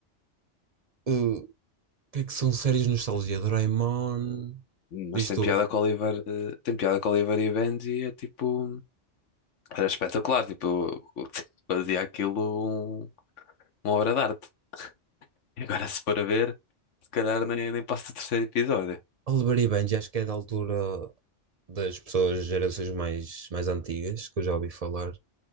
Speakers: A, on the right; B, on the left.
A: Uh, o que é que são séries de nostalgia? Doraemon. Diz
B: Mas tem
A: tu.
B: piada com o Oliver, eh, tem piada com o Oliver e Benji, é tipo, era espetacular, tipo, <laughs> fazia aquilo um- uma obra de arte. E agora se for a ver, se calhar nem, nem passa o terceiro episódio.
A: Oliver e Benji, acho que é da altura das pessoas, gerações mais, mais antigas, que eu já ouvi falar.